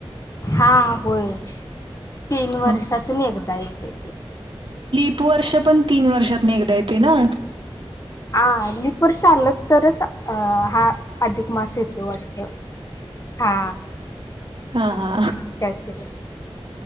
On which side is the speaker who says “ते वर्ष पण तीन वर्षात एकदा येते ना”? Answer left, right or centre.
Right